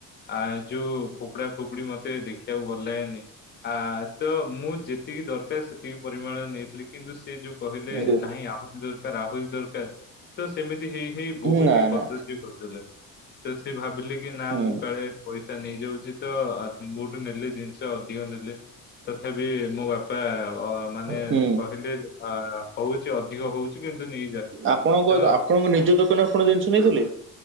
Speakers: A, on the left (about 30°); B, on the right (about 35°).
A: ଆ ଯୁ ଫୁପୁଡା ଫୁପୁଡ଼ି ମତେ ଦେଖିବାକୁ ଵ ଭଲ ଲାଗେନି ଆ ତ ମୁଁ ଯେ ତିକି ଦରକାର ସେତିକି ପରିମାଣ ନେଇଥିଲେି କିନ୍ତୁ ସେ ଯୋଉ କହିଲେ
B: ଆଜ୍ଞା।
A: ନାହିଁ ଆହୁରି ଦର ଆହୁରି ଦରକାର ତ ସେମିତି ହେଇ ହେଇ ବହୁତି
B: ନା
A: କଦର୍ଯ୍ୟ
B: ନା
A: କରିଦେଲେ ତ ସେ ଭାବିଲେ କି ନା
B: ହୁଁ
A: ମୁଁ କାଳେ ପଇସା ନେଇଯାଉଛି ତ ମୋ ଠୁ ନେଲେ ଜିନିଷ ଅଧିକ ନେଲେ ତଥାପି ମୋ ବାପା ଅ ମାନେ
B: ହୁଁ
A: କହିଲେ ହଉଛି ଅଧିକ ହଉଛି କିନ୍ତୁ ନେଇଯା।
B: ଆପଣଙ୍କ
A: ତ
B: ଆପଣଙ୍କ ନିଜ ଦୋକାନରେ ଆପଣ ଜିନିଷ ନେଇଥିଲେ?